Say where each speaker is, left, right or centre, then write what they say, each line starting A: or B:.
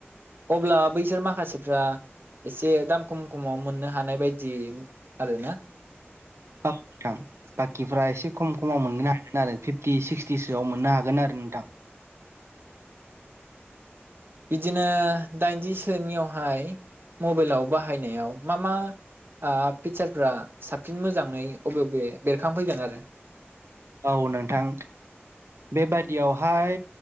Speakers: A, on the right; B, on the right.
A: अब्ला बैसोर माखासेफ्रा एसे दाम खम खमाव मोननो हानाय बायदि आरो ना
B: औ नोंथां बाखिफ्रा एसे खम खमाव मोनगोन हायो आरो फिफ्टि सिक्सटिसोआव मोननो हागोन आरो नोंथां
A: बिदिनो दाइनजिसोनियावहाय मबाइलाव बाहायनायाव मा मा ओ फिचारफ्रा साबसिन मोजाङै बबे बबे बेरखांफैगोन आरो?
B: औ नोंथां बेबादियावहाय